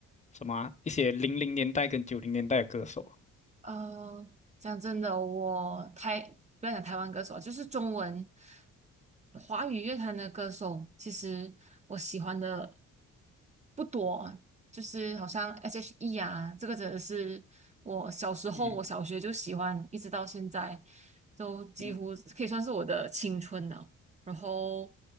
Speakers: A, on the left; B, on the right.
A: 什么啊一些零零年代跟九零年代的歌手，
B: 呃，讲真的，我台不要讲台湾歌手啊就是中文华语乐坛的歌手，其实我喜欢的不多，就是好像 S.H.E 啊，这个真的是我小时候，
A: 嗯
B: 我小学就喜欢，一直到现在，都几乎可以算是我的青春了。
A: 嗯
B: 然后